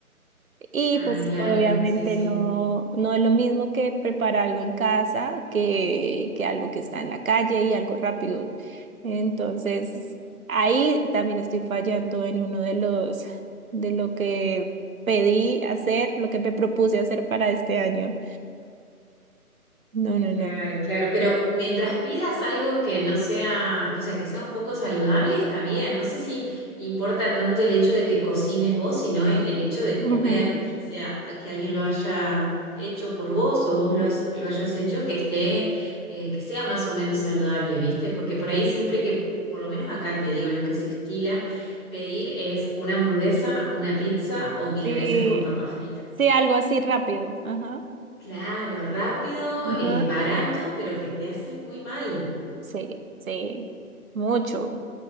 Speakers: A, on the right (about 65°); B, on the left (about 15°).
A: Y
B: Ah,
A: pues
B: claro,
A: obviamente
B: sí, sí.
A: no, no es lo mismo que preparar algo en casa que, que algo que está en la calle y algo rápido. Entonces, ahí también estoy fallando en uno de los, de lo que pedí hacer, lo que me propuse hacer para este año. No, no,
B: Claro,
A: no.
B: claro, pero mientras pidas algo que no sea, o sea, que sea un poco saludable, está bien. No sé si importa tanto el hecho de que cocines vos, sino el, el hecho de comer,
A: Ujú.
B: ya sea que alguien lo haya hecho por vos o vos lo, has- lo hayas hecho, que esté, eh, que sea más o menos saludable, ¿viste? Porque por ahí siempre que, por lo menos acá te digo, lo que se estila pedir es una hamburguesa, una pizza o milanesas
A: Sí,
B: con papas fritas.
A: sí, algo así rápido. Ajá.
B: Claro, rápido,
A: Ajá.
B: eh, barato, pero que te hace muy mal.
A: Sí, sí, mucho.